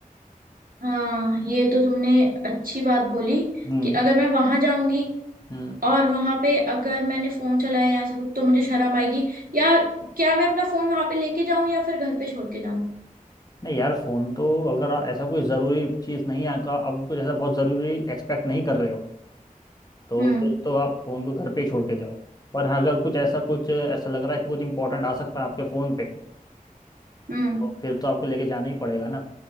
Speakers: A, on the right; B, on the left.
A: हाँ ये तो तुमने अच्छी बात बोली
B: हम्म
A: कि अगर मैं वहां जाऊंगी
B: हम्म
A: और वहां पे अगर मैंने फोन चलाया या ऐसा कुछ तो मुझे शर्म आएगी या क्या मैं अपना फोन वहां पे लेके जाऊं या फिर घर पे छोड़ के जाऊं
B: नहीं यार फोन तो अगर आ- ऐसा कोई जरूरी चीज नहीं है का आप कुछ ऐसा बहुत जरूरी एक्सपेक्ट नहीं कर रहे हो तो
A: हम्म
B: फिर तो आप फोन को घर पे ही छोड़ के जाओ पर हाँ, अगर कुछ ऐसा कुछ ऐसा लग रहा है कि कुछ इंपॉर्टेंट आ सकता है आपके फोन पे
A: हम्म
B: तो फिर तो आपको लेके जाना ही पड़ेगा ना